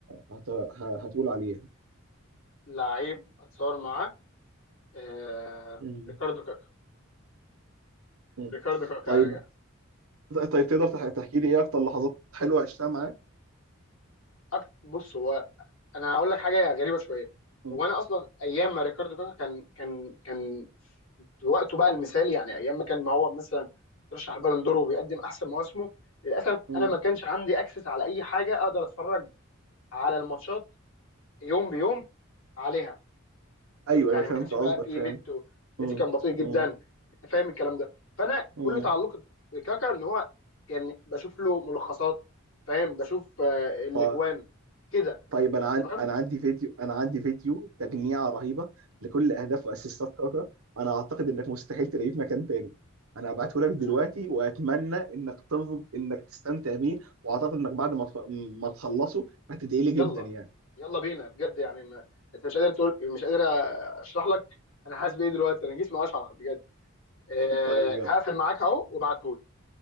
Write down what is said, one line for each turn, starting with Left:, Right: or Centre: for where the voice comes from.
Right: آه، هت- ه- هتقول عليه
Left: لعيب اتصور معاه آه...
Right: مم.
Left: ريكاردو كاكا
Right: مم.
Left: ريكاردو كاكا
Right: طيب
Left: يعني
Right: طيب تقدر تح- تحكي لي ايه اكتر لحظات حلوه عشتها معاه
Left: أك... بص هو انا هقول لك حاجه غريبه شويه
Right: مم.
Left: هو انا اصلا ايام ما ريكاردو كاكا كان كان كان في وقته بقى المثالي يعني ايام ما كان ما هو مثلا ترشح البالون دور وبيقدم احسن مواسمه للاسف
Right: مم.
Left: انا ما كانش عندي اكسس على اي حاجه اقدر اتفرج على الماتشات يوم بيوم عليها
Right: ايوه
Left: يعني
Right: ايوه فهمت
Left: ما كانش
Right: قصدك
Left: بقى فيه
Right: فاهم
Left: نت و...
Right: مم.
Left: النت كان بطيء جدا
Right: مم.
Left: انت فاهم الكلام ده فانا
Right: مم.
Left: كل تعلقي بكاكا ان هو كان بشوف له ملخصات فاهم بشوف آه، الاجوان
Right: ط-
Left: كده
Right: طيب انا عن...
Left: تمام
Right: انا عندي فيديو انا عندي فيديو تجميعه رهيبه لكل اهداف واسيستات كاكا انا اعتقد انك مستحيل تلاقيه في مكان تاني انا هبعته لك دلوقتي
Left: آه،
Right: واتمنى انك تفض انك تستمتع بيه واعتقد انك بعد ما تخ... ما تخلصه هتدعيلي جدا
Left: يلا
Right: يعني
Left: يلا بينا بجد يعني ما... انت مش قادر تقول مش قادر اشرح لك انا حاسس بايه دلوقتي انا جسمي اشعر بجد أه...
Right: طيب يلا
Left: هقفل معاك اهو وابعتهولي